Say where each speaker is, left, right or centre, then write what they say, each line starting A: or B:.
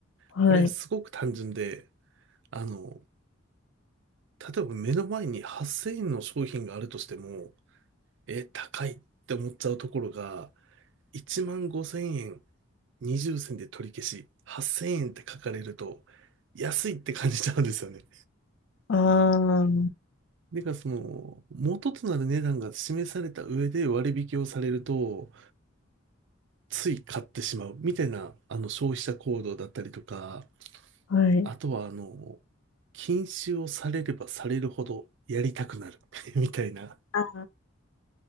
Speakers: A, on the left; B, on the right.
A: はい。
B: これすごく単純で、あの、例えば目の前に8000円の商品があるとしても、えー、高いって思っちゃうところが、1万5千円、20銭で取り消し、8千円って書かれると、安いって感じちゃうんですよね。
A: ああ、
B: でか、その、元となる値段が示された上で割引をされると、つい買ってしまうみたいな、あの、消費者行動だったりとか、
A: はい。
B: あとは、あの、禁止をされればされるほどやりたくなる <laughs> みたいな、
A: ああ、